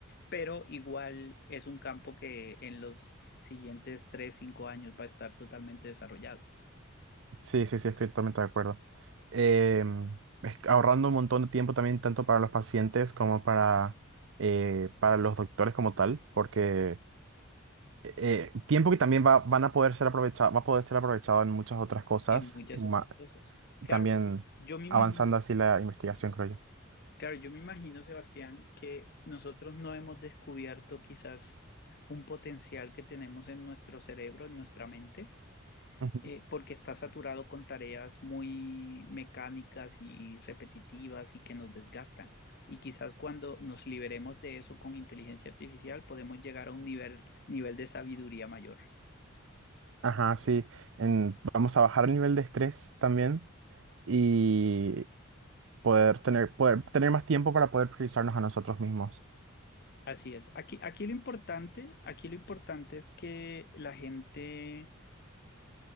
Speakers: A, on the left (about 50°); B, on the right (about 60°).
A: pero igual es un campo que en los siguientes 3, 5 años va a estar totalmente desarrollado.
B: Sí, sí, sí, estoy totalmente de acuerdo. Em, es que ahorrando un montón de tiempo también, tanto para los pacientes como para, eh, para los doctores como tal, porque eh, tiempo que también va, van a poder ser aprovechado, va a poder ser aprovechado en muchas otras cosas,
A: en muchas
B: ma-
A: otras cosas. Claro,
B: también
A: yo yo me imagino,
B: avanzando así la investigación, creo yo.
A: claro, yo me imagino, Sebastián, que nosotros no hemos descubierto quizás un potencial que tenemos en nuestro cerebro, en nuestra mente,
B: Ujú.
A: eh, porque está saturado con tareas muy mecánicas y repetitivas y que nos desgastan. Y quizás cuando nos liberemos de eso con inteligencia artificial, podemos llegar a un nivel, nivel de sabiduría mayor.
B: Ajá, sí. en- vamos a bajar el nivel de estrés también y poder tener, poder tener más tiempo para poder priorizarnos a nosotros mismos.
A: Así es. Aquí, aquí lo importante, aquí lo importante es que la gente